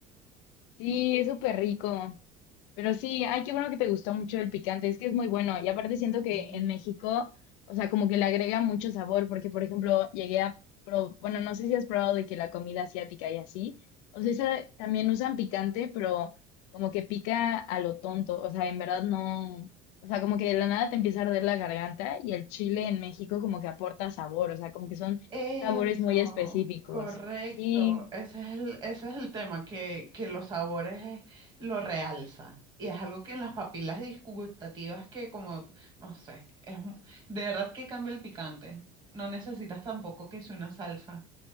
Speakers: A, on the left; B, on the right.
A: Sí, es súper rico. Pero sí, ay, qué bueno que te gustó mucho el picante, es que es muy bueno. Y aparte siento
B: Sí.
A: que en México, o sea, como que le agrega mucho sabor, porque por ejemplo, llegué a, pro- bueno, no sé si has probado de que la comida asiática y así, o sea, esa también usan picante, pero como que pica a lo tonto, o sea, en verdad no, o sea, como que de la nada te empieza a arder la garganta y el chile en México como que aporta sabor, o sea, como que son
B: Eso,
A: sabores muy específicos.
B: correcto.
A: Sí,
B: Ese es el, ese es el tema, que, que los sabores lo realza. Y es algo que en las papilas disgustativas que como, no sé, es mu- de verdad que cambia el picante. No necesitas tampoco que sea una salsa.